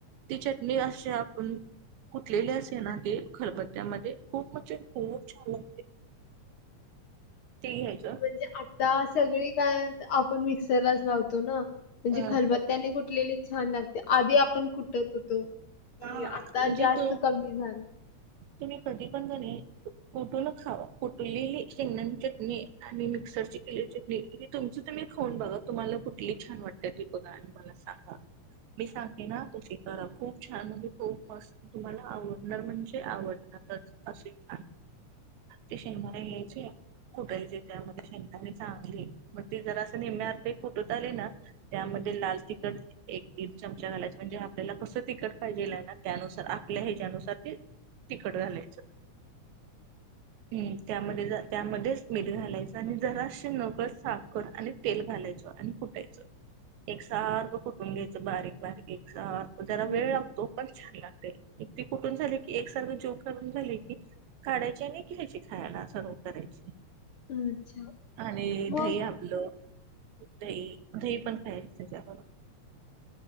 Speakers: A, on the right; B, on the left.
A: ती चटणी अशी आपण कुटलेले
B: म्हण
A: असेल ना, ते खरबत्त्यामध्ये खूप म्हणजे खूप छान ती घ्यायची.
B: म्हणजे आता सगळी काय आपण मिक्सरलाच लावतो ना. म्हणजे
A: अ
B: खलब त्याने कुटलेली छान लागते. आधी आपण कुटत होतो. की
A: हा म्हणजे
B: आता जास्त
A: तो
B: कमी झालं.
A: तुम्ही कधी पण करेल कुठून खावा. कुठलेली शेंगदा चटणी आणि मिक्सरची केलेली चटणी ही तुमची तुम्ही खाऊन बघा तुम्हाला कुठली छान वाटते ती बघा आणि मला सांगा.
B: ह
A: मी सांगते ना ते करा खूप छान म्हणजे खूप मस्त तुम्हाला आवडणार म्हणजे आवडणारच असे छान, ते शेंगदाणे घ्यायचे कुटायचे त्यामध्ये शेंगदाणे चांगले मग ते जरासं निम्मे अर्धे कुटत आले ना त्यामध्ये लाल तिखट एक दीड चमचा घालायचा म्हणजे आपल्याला कसं तिकट पाहिजेल आहे ना त्यानुसार आपल्या ह्याच्यानुसार ते तिकट घालायचं. हम्म त्यामध्ये त्यामध्येच मीठ घालायचं आणि जराशी नकळत साखर आणि तेल घालायचं आणि कुटायचं. एक सारखं कुठून घ्यायचं बारीक बारीक एक सारखं जरा
B: हं,
A: वेळ लागतो पण छान लागतंय, ती कुटुन झाली की एक सारखी जोक करून झाली की काढायची आणि घ्यायची खायला सर्व्ह करायची.
B: हं. अच्छा.
A: आणि
B: मग
A: दही आपलं दही दही पण खायचं त्याच्याबरोबर.